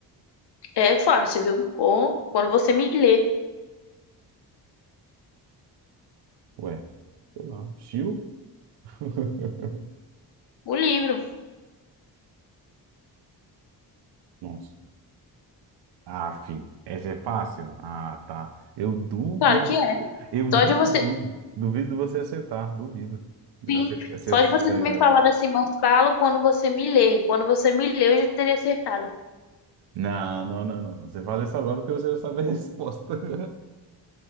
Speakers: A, on the left; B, on the right.
A: É fácil, viu? Ou quando você me lê
B: Ué, sei lá. Chiu? <laughs>
A: o livro.
B: Nossa. Ah, fi, essa é fácil? Ah, tá. Eu duvido.
A: Claro que é.
B: que- Eu
A: Só
B: duvido.
A: de você
B: Duvido de você acertar, duvido. Você
A: Sim,
B: ace- você
A: só
B: acertar
A: de você ter
B: essa.
A: me falado assim, mas falo quando você me lê. Quando você me lê, eu já teria acertado.
B: Não, não, não, não. não. Você fala isso agora porque você já sabe a resposta. <laughs>